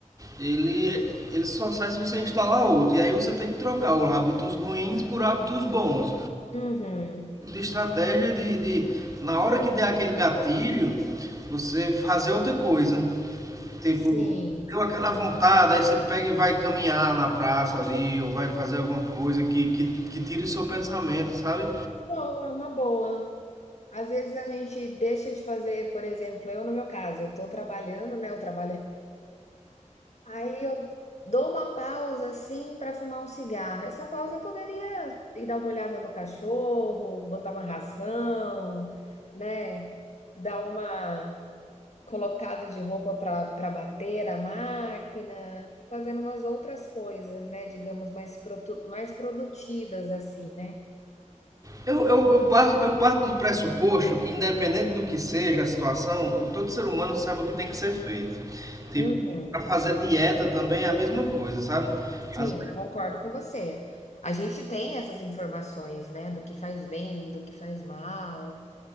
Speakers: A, on the right (about 25°); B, on the left (about 60°).
A: ele, ele só sai se você instalar outro. E aí você tem que trocar os hábitos ruins por hábitos bons
B: Uhum,
A: de estratégia de, de, na hora que der aquele gatilho, você fazer outra coisa. Tipo,
B: sim.
A: deu aquela vontade, aí você pega e vai caminhar na praça ali, ou vai fazer alguma coisa que, que, que tire o seu pensamento, sabe?
B: Boa, uma boa. Às vezes a gente deixa de fazer, por exemplo, eu no meu caso, eu tô trabalhando, né? Eu trabalho Aí eu dou uma pausa assim para fumar um cigarro. Essa pausa eu poderia ir dar uma olhada no cachorro, botar uma ração, né? Dar uma colocada de roupa para para bater a máquina, fazendo umas outras coisas, né? Digamos mais produ mais produtivas assim, né?
A: Eu, eu, eu, parto, eu parto do pressuposto que, independente do que seja a situação, o- todo ser humano sabe o que tem que ser feito. Tipo,
B: Uhum,
A: para fazer dieta também é a mesma coisa, sabe?
B: sim,
A: Às,
B: concordo com você. A gente tem essas informações, né? Do que faz bem, do que faz mal.